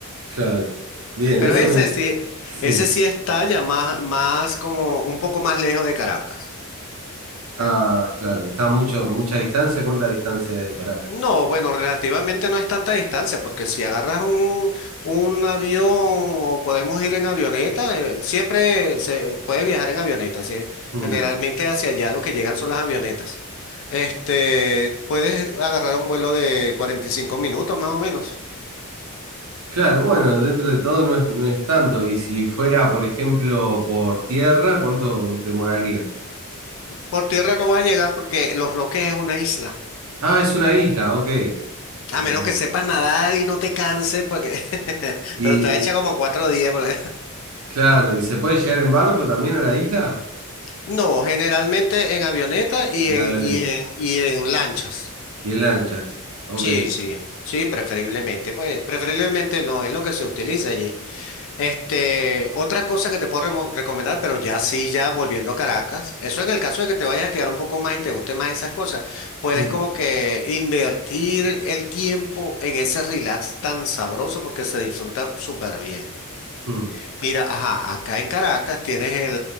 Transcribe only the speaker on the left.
Pero
ese
sí,
ese sí está ya más, más como un poco más lejos de Caracas.
No, bueno, relativamente no es tanta distancia, porque si agarras un, un avión o podemos ir en avioneta, eh, siempre se puede viajar en avioneta, ¿sí?
Generalmente hacia allá lo que llegan son las avionetas. Este, puedes agarrar un vuelo de 45 minutos más o menos.
Por tierra no vas a llegar porque Los Roques es una isla.
A
menos que sepas nadar y no te canses, porque... <laughs>
pero te va a echar como cuatro días. porque-
No, generalmente en avioneta y
en,
y en, y en lanchas.
Sí, sí, sí, preferiblemente. Pues preferiblemente no, es lo que se utiliza allí. Este, otra cosa que te puedo remo- recomendar, pero ya sí, ya volviendo a Caracas, eso en el caso de que te vayas a quedar un poco más y te guste más esas cosas, puedes
como que invertir el tiempo en ese relax tan sabroso porque se disfruta súper bien.
Mira, ajá, acá en Caracas tienes el,